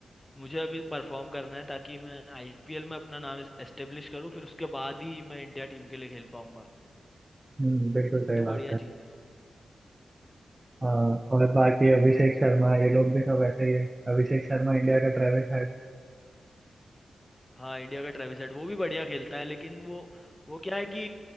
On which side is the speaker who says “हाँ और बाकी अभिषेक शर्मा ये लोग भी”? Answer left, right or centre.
Right